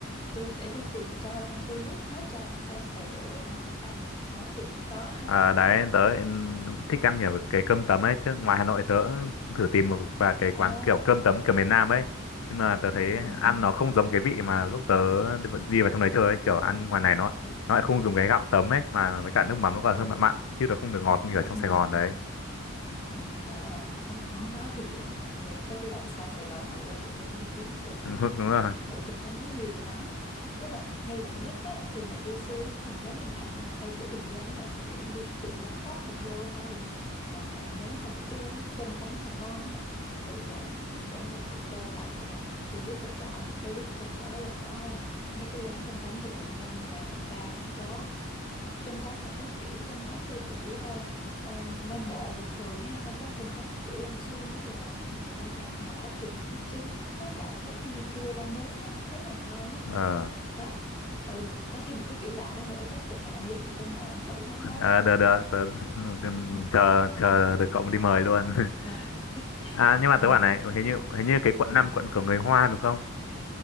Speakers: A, on the left; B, on the left.
A: tôi để tôi tìm cho xong tôi list hết cho ông xem đầy đủ ông thích ăn món gì cũng có
B: à, đấy tớ lại thích ăn kiểu cái cơm tấm ấy chứ ngoài Hà Nội tớ thử tìm một vài
A: <laughs>
B: cái quán
A: à
B: kiểu cơm tấm kiểu miền Nam ấy nhưng mà tớ thấy
A: ừ ừ
B: ăn
A: ừ
B: nó không giống cái vị mà lúc tớ đi vào trong đấy chơi ấy kiểu ăn ngoài này nó
A: ừ
B: nó lại không dùng cái gạo tấm ấy mà với cả nước mắm nó còn
A: ừ
B: hơi mặn
A: ừ
B: mặn chứ nó không được ngọt như ở trong
A: ừ
B: Sài Gòn đấy
A: ừ. Ờ, món, món đó thì miễn, miễn tới đi đâu xa Sài Gòn hồi quay về tôi cũng đi kiếm cơm tấm
B: <laughs>
A: ăn
B: đúng rồi
A: ôi cơm tấm nó nhiều lắm tức là ngay quận nhất á, thì mình đi xuống mình nếu mình ăn mà theo kiểu bình dân á, là mình kiểu mình đi tìm quán cóc mình vô thôi còn à, nếu mà những cái quán cơm tấm mà ngon á thì à, để mình liệt kê lại à, tôi list là cho ông một cái list trong đó là có mấy cái quán cơm tấm bên quận 5 nè quận 3 cũng có cơm tấm mà có kiểu cơm tấm theo kiểu ờ, ờ, Nam Bộ bình thường ha xong có cơm tấm kiểu Long Xuyên á là người ta cắt nhỏ thịt với trứng với cả có cái dưa chua rau muống á rất là ngon á
B: ờ
A: đó ừ có thêm một cái kiểu lạ đó nữa chắc đợt này ông vô tôi phải mời ông thử món đó
B: à,
A: đó
B: được được tớ <laughs>
A: ừ
B: chờ chờ được cậu đi mời luôn
A: <laughs> Rồi.
B: <laughs> à nhưng mà
A: ừ
B: tớ bảo này hình như hình như cái quận
A: ừ
B: năm quận của người Hoa đúng không